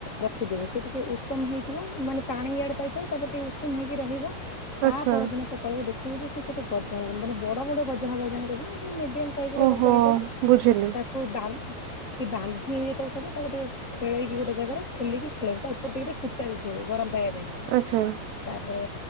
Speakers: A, on the left; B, on the right.
A: ରଖିଦେବେ ସେ ଟିକେ ଉସୁମ ହେଇଯିବ ମାନେ ପାଣି ଇଆଡେ ପାଇଥିବ ତାପରେ ଟିକେ ଉସୁମ ହୋଇକି ରହିବ। ତା
B: ଆଚ୍ଛା
A: ପରଦିନ ସକାଳୁ ଦେଖିବୁ ଯେ ସିଏ କେତେ ଗଜା ଲାଗ ମାନେ ବଡ ବଡ ଗଜା ହବା ଯାଏ ଦେଖେ ଯେମିତି ସାଇଜର
B: ଓହୋ
A: ଗଜା ହେଇଥିବ
B: ବୁଝିଲି
A: ତାକୁ ସବୁ ବା ବାନ୍ଧି ହେଇଥିବ ସବୁ ତାକୁ ଗୋଟି ଖେଳଇକି ଗୋଟେ ଜାଗାରେ ଖୋଲିକି ଖେଳେଇବେ ତା ଉପରେ ଟିକେ ଟିକେ କୁଟା ଦେଇଦେବେ ଗରମ ପାଇବା ପାଇଁ।
B: ଆଛା।
A: ତାପରେ